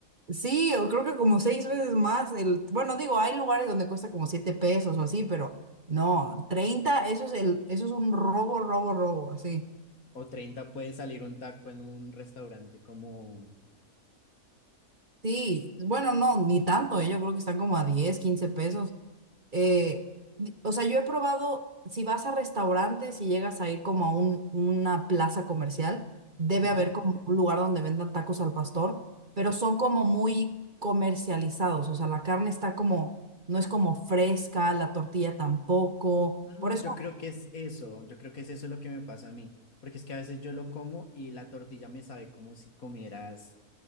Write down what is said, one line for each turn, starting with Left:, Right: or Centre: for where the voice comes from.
Right: sí, o creo que como seis veces más el... Bueno, digo, hay lugares donde cuesta como 7 pesos o así, pero no, 30, eso es el, eso es un robo, robo, robo, así.
Left: O treinta puede salir un taco en un restaurante como...
Right: Sí, bueno, no, ni tanto, eh, yo creo que están como a 10, 15 pesos. eh, di- o sea, yo he probado, si vas a restaurantes y llegas a ir como a un- una plaza comercial, debe
Left: Ujú.
Right: haber como un lugar donde vendan tacos al pastor, pero son como muy comercializados, o sea, la carne está como, no es como fresca, la tortilla tampoco,
Left: Mm,
Right: por eso,
Left: yo creo que es eso, yo creo que es eso lo que me pasa a mí, porque es que a veces yo lo como y la tortilla me sabe como si comieras